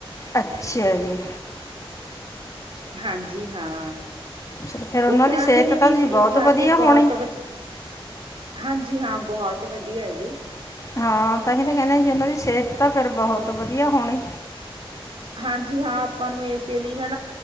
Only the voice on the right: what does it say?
ਹਾਂਜੀ ਹਾਂ
ਉਹ ਕਹਿਿੰਦੇ
ਨੇ ਵੀ
ਸੇਬ
ਖਾ
ਕੇ
ਬਹੁਤ ਵਧੀਆ ਹਾਂਜੀ ਹਾਂ ਬਹੁਤ ਵਧੀਆ ਹੈ ਜੀ
ਹਾਂਜੀ ਹਾਂ ਆਪਾਂ ਨੂੰ ਇਸੇ ਲਈ ਹੈਾ